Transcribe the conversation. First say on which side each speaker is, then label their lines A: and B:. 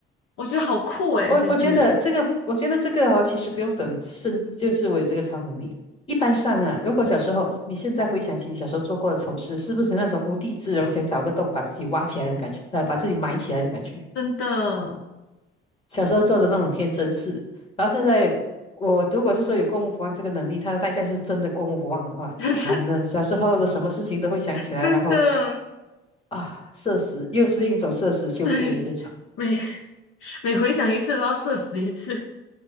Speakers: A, on the left; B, on the left.
A: 我觉得好酷诶，
B: 我我觉得这个，
A: 其实
B: 我觉得这个哦，其实不用等甚就是我有这个超能力。一般上啊，如果小时候，你现在回想起你小时候做过的丑事，是不是那种无地自容，想找个洞把自己挖起来的感觉，呃，把自己埋起来的感觉？
A: 真的，
B: 小时候做的那种天真事，然后现在我如果是说有过目不忘这个能力，它的代价就是真的过目不忘的话，
A: <laughs> 真的，
B: 惨了，小时候的什么事情都会想起来，
A: 真的。
B: 然后啊，社死，又是另一种社死羞愧的现场。
A: <laughs> 对，每 <laughs> 每回想一次都要社死一次，